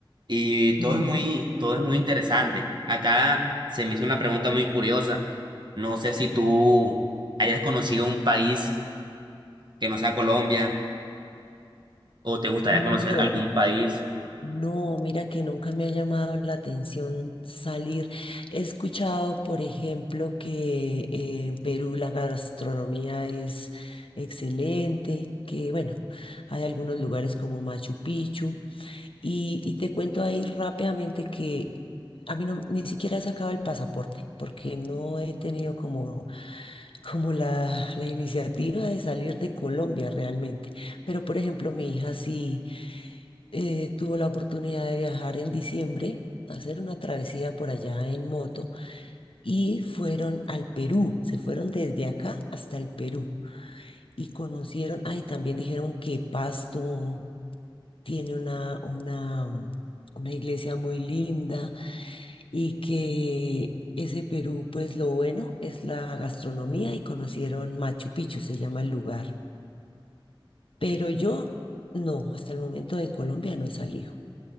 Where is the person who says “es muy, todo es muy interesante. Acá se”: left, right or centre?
Right